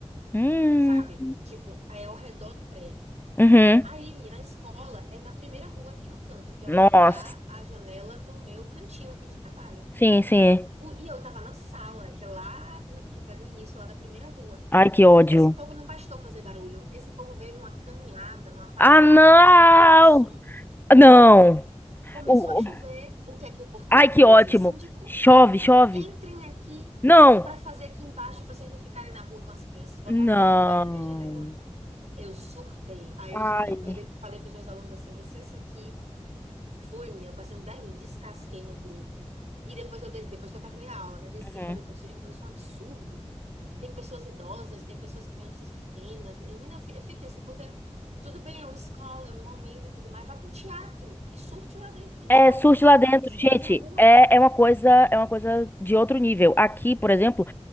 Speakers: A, on the left; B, on the right.
A: hum,
B: sabe? Tipo, é ao redor do prédio.
A: uhum.
B: Aí, menina, a escola é na primeira rua aqui no canto, que é
A: Nossa.
B: onde dá a janela do meu cantinho aqui de trabalho.
A: Sim, sim.
B: O- e eu tava na sala, que é lá, que pega o início lá da primeira rua.
A: Ai, que ódio.
B: Esse povo não bastou fazer barulho. Esse povo veio numa caminhada, numa passeata,
A: Ah, não!
B: com um carro de som.
A: Não!
B: Começou
A: O-
B: a chover.
A: o-
B: O que é que o porteiro
A: Ai,
B: fez
A: que ótimo!
B: e o síndico?
A: Chove, chove!
B: Entrem aqui
A: Não!
B: para fazer aqui embaixo para vocês não ficarem na rua com as crianças. Botaram
A: Não!
B: o povo de debaixo na minha janela. Eu surtei. Aí
A: Ai.
B: eu surtei. Eu falei para os meus alunos assim: licença aqui. Fui, minha. Passei uns 10 minutos, descasquei no grupo. E depois, eu, des- depois que eu terminei a aula, né? Desci,
A: Uhum.
B: falei com o Cid, eu falei: isso é um absurdo. Tem pessoas idosas, tem pessoas, crianças pequenas. Menina, eu, fi- eu fiquei assim, porque tudo bem, é uma escola, é um momento e tudo mais. Vá para um teatro e surte lá dentro do teatro,
A: É surge
B: sabe?
A: lá dentro,
B: Não precisa
A: gente.
B: fazer na rua.
A: É, é uma coisa, é uma coisa de outro nível. Aqui, por exemplo,